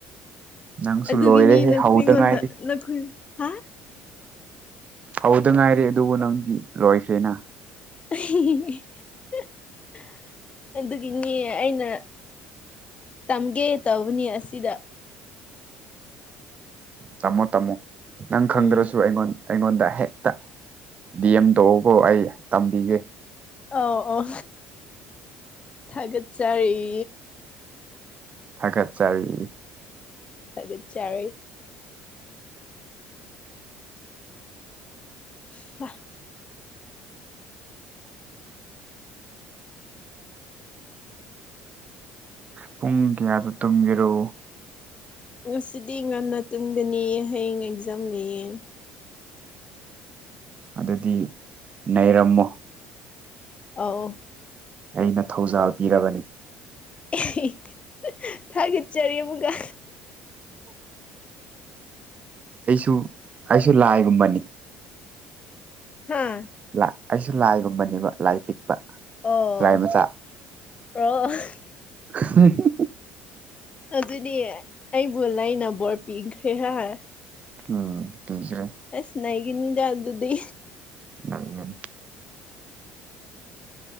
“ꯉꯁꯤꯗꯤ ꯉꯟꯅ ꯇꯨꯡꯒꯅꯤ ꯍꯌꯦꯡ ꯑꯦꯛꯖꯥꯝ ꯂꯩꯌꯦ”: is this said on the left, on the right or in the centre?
Left